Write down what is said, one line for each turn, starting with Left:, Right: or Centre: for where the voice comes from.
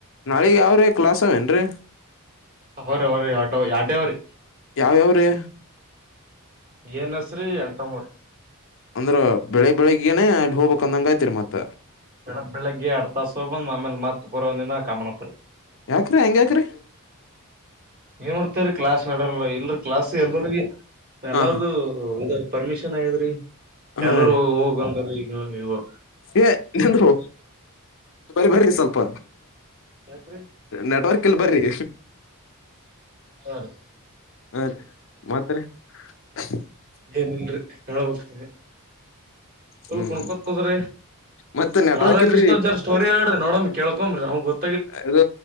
Left: ನಾಳಿಗ ಯಾವ್ರೆ ಕ್ಲಾಸ್ ಅವ್ನ್ರೀ
Right: ಅವರಿ ಅವ್ರಿ ಎರಡ್ ಎರಡೇ ಅವ್ರಿ
Left: ಯಾವ್ಯಾವ್ರೀ.
Right: ಏನ್ಸರಿ ಎಂಟಮ್ಮ್ರ.
Left: ಅಂದ್ರ ಬೆಳಿಗ್ ಬೆಳಿಗ್ಗನೆ ಅಲ್ಲಿ ಹೋಗ್ಬೇಕ್ ಅಂದಂಗ ಆಯ್ತಿರಿ ಮತ್ತ.
Right: ಬೆಳಗ್ ಬೆಳಗ್ಗೆ ಎಡ್ ತಾಸ ಹೋಗ್ ಬಂದ್ ಆಮೇಲೆ ಮತ್ತ ಪುರಾ ದಿನಾ ಕಾಮನ ಪುರಿ
Left: ಯಾಕ್ರಿ ಹಂಗ್ಗ್ಯಾಕ್ರಿ.
Right: ಏನ್ ಮಾಡ್ತೇರೀ ಕ್ಲಾಸ್ ನಡಲ್ ಇಲ್ರ ಕ್ಲಾಸ್ ಎಲ್ರಿಗ ಎಲ್ಲಾರದು
Left: ಹಾ ಹಾ
Right: ಇದ ಪರ್ಮಿಷನ್ ಆಗೆದ್ರೀ.
Left: ಹಾ
Right: ಎಲ್ಲರು
Left: ರೀ
Right: ಹೋಗಂದ್ರ ಈ. ನೀವ ನೀವೋ.
Left: ಏ ನರು ಬರ ಬರ್ರಿ ಸ್ವಲ್ಪ
Right: ಯಾಕ್ರಿ
Left: ನೆಟ್ವರ್ಕ್ ಇಲ್ ಬರ್ರಿ.
Right: ಸರ್
Left: ಹಾ ರೀ ಮತ್ ರೀ. ಹ
Right: ಹಂಗೇನ್ ಇಲ್ರಿ ಹೇಳಬೇಕ್ ನೀವೇ.
Left: ಹ್ಮ್
Right: ಲ್ ಕುಣಕೋತ್
Left: ಹ್ಮ್
Right: ಕುುದ್ರಿ
Left: ಮತ್ ನೆಟ್ವರ್ಕ್
Right: ರಾಧಾಕೃಷ್ಣ
Left: ಇಲ್ರಿ
Right: ಜರ್ ಸ್ಟೋರಿ ಹೇಳ್ ನೋಡಮ್ ಕೇಳ್ಕೋರಿ ಅವ್ನ್ ಗೊತ್
Left: ಇದ